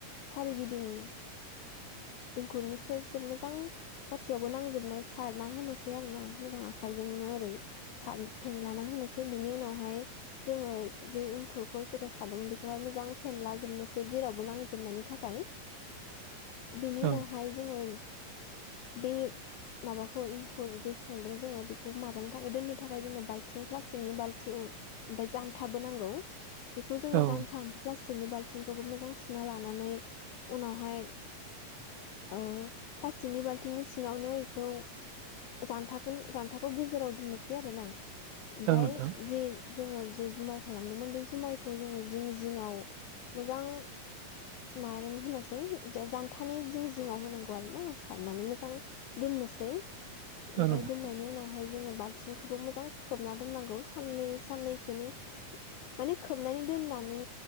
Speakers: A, on the left (about 80°); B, on the right (about 80°).
A: सारिगिदिं <inaudible> इंखुरनि सेर सेर मोजां गासैयावबो नांजोबनाय सारना होनोसै आरोना मोजां आखायजोंनो ओरै सार फेनलाना होनो बिनि उनावहाय जोङो जे एंखुरखौ जेराव सारदोंमोन बेखौहाय मोजां फेनला जोबनोसै। जेरावबो नांजोबनायनि थाखाय बेनि उनावहाय
B: औ
A: जोङो बे माबाखौ एंखुर जे संदों जोङो बेखौ माबानो दोननो थाखाय जोंनो बालथिं प्लास्टिकनि बालथिं ओमफ्राय जान्थाबो नांगौ । बेखौ जोङो
B: औ
A: जान्था प्लास्टिकनि बाल्थिंखौबो मोजां सुना लानानै उनावहाय ओ प्लास्टिकनि बाल्थिंनि सिङावनो इखौ जान्थानि जानथाखौ गेजेराव दोननोसै आरोना। ओमफ्राय
B: औ नोंथां
A: जि जोङो जि जुमाय खालामदोंमोन बे जुमायखौ जोङो जिं जिङाव मोजां माबानानै होनोसै जानथानि जिं जिङाव होनांगौ आरोना। नानै मोजां दोननोसै ओमफ्राय
B: औ नोंथां
A: दोननायनि उनाव जोङो बालथिंखौबो मोजां खोबना दोननांगौ साननै साननैसोनि माने खोबनानै दोननानै